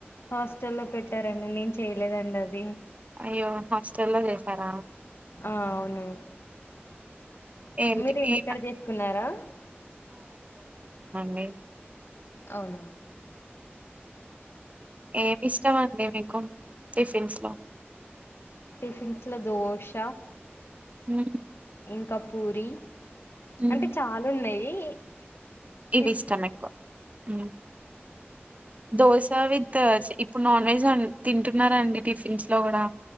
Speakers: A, on the left; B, on the right.
A: హాస్టల్లో పెట్టారండి నేను చేయలేదండి అది
B: అయ్యో హాస్టల్లో చేసారా
A: ఆ అవును
B: ఏం
A: మీరు ఇంటికడ
B: ఏ
A: చెసుకున్నారా
B: నే
A: అవున
B: ఏమి ఇష్టమండి మీకు టిఫిన్స్ లో
A: టిఫిన్స్ లో దోష
B: హుమ్మ్
A: ఇంకా పూరి
B: మ్మ్.
A: అంటే చాల ఉన్నాయి <inaudible>
B: ఇవి
A: ఇష్ట
B: ఇష్టం ఎక్కువ హుమ్మ్ దోస విత్ ఇప్పుడు నాన్ వెజ్ ఆ తింటురండి టిఫిన్స్ లో కూడా